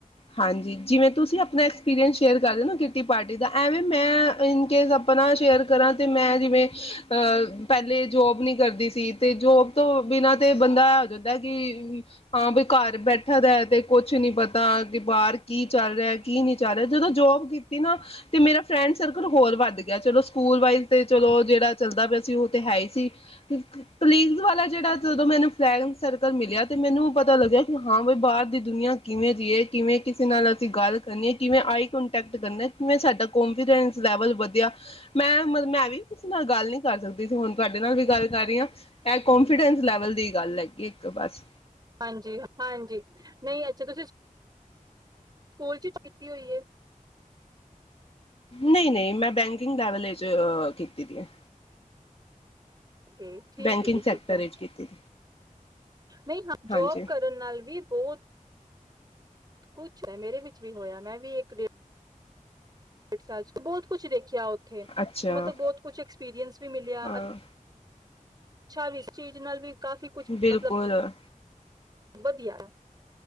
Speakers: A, on the left; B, on the right.
A: ਹਾਂਜੀ ਜਿਵੇਂ ਤੁਸੀਂ ਆਪਣਾ ਐਕਸਪੀਰੀਅੰਸ ਸ਼ੇਅਰ ਕਰਦੇ ਨਾ ਕਿੱਟੀ ਪਾਰਟੀ ਦਾ ਐਵੇਂ ਮੈਂ ਇਨਕੇਸ ਆਪਣਾ ਸ਼ੇਅਰ ਕਰਾਂ ਤੇ ਮੈਂ ਜਿਵੇਂ ਅਹ ਪਹਿਲੇ ਜੋਬ ਨੀ ਕਰਦੀ ਸੀ ਤੇ ਜੋਬ ਤੋਂ ਬਿਨਾਂ ਤੇ ਬੰਦਾ ਇਹ ਹੋ ਜਾਂਦਾ ਕਿ, ਹਾਂ ਵੀ ਘਰ ਬੈਠਾ ਦਾ ਤੇ ਕੁਛ ਨੀ ਪਤਾ ਹਾਂ ਤੇ ਬਾਰ ਕੀ ਚੱਲ ਰਿਹਾ ਕੀ ਨਹੀਂ ਚੱਲ ਰਿਹਾ ਜਦੋਂ ਜੋਬ ਕੀਤੀ ਨਾ ਤੇ ਮੇਰਾ ਫਰੈਂਡ ਸਰਕਲ ਹੋਰ ਵੱਧ ਗਿਆ ਚਲੋ ਸਕੂਲ ਵਾਈਜ਼ ਤੇ ਚਲੋ ਜਿਹੜਾ ਚੱਲਦਾ ਪਿਆ ਸੀ ਉਹ ਤੇ ਹੈ ਹੀ ਸੀ ਤੇ ਕਲੀਗਸ ਵਾਲਾ ਜਿਹੜਾ ਜਦੋਂ ਮੈਨੂੰ ਫਰੈਡਂਸ ਸਰਕਲ ਮਿਲਿਆ ਤੇ ਮੈਨੂੰ ਪਤਾ ਲੱਗਿਆ ਕਿ ਹਾਂ ਬ ਬਾਹਰ ਦੀ ਦੁਨੀਆਂ ਕਿਵੇਂ ਜੀਏ ਕਿਵੇਂ ਕਿਸੇ ਨਾਲ ਅਸੀਂ ਗੱਲ ਕਰਨੀ ਹੈ ਕਿਵੇਂ ਆਈ ਕਂਟੈਕਟ ਕਰਨਾ ਕਿਵੇਂ ਸਾਡਾ ਕੋਂਫੀਡੈਂਸ ਲੈਵਲ ਵਧਿਆ ਮੈਂ ਮ ਮੈਂ ਵੀ ਕਿਸੇ ਨਾਲ ਗੱਲ ਨੀ ਕਰ ਸਕਦੀ ਸੀ ਹੁਣ ਤੁਹਾਡੇ ਨਾਲ ਵੀ ਗੱਲ ਕਰ ਰਹੀ ਹਾਂ, ਕੋਂਨਫੀਡੈਂਸ ਲੈਵਲ ਦੀ ਗੱਲ ਲੱਗੀ ਇੱਕ ਬਸ
B: ਹਾਂਜੀ-ਹਾਂਜੀ ਨਹੀਂ ਅੱਛਾ ਤੁਸੀਂ ਸਕੂਲ ਚ ਕੀਤੀ ਹੋਈ ਹੈ।
A: ਨਹੀਂ ਨਹੀਂ ਮੈਂ ਬੈਂਕਿੰਗ ਲੈਵਲ ਚ ਕੀਤੀ ਦੀ ਹੈ।
B: ਓਕੇ ਠੀਕ
A: ਬੈਂਕਿੰਗ
B: ਹੈ ਜੀ
A: ਸੈਕਟਰ
B: ਠੀਕ ਹੈ
A: ਵਿੱਚ ਕੀਤੀ।
B: ਨਹੀਂ ਹਾਂ ਜੋਬ
A: ਹਾਂਜੀ
B: ਕਰਨ ਨਾਲ ਵੀ ਬਹੁਤ ਕੁਛ <unintelligible> ਮੇਰੇ ਵਿੱਚ ਵੀ ਹੋਇਆ ਮੈਂ ਵੀ ਇੱਕ ਡੇ ਡ ਸਾਲ ਬਹੁਤ ਕੁਛ ਦੇਖੀ <unintelligible>
A: ਅੱਛਾ ਹਾਂ
B: <unintelligible> ਚੀਜ਼ ਨਾਲ ਵੀ ਕਾਫੀ ਕੁਛ
A: ਬਿਲਕੁਲ
B: ਮਤਲਬ ਵਧੀਆ ਏ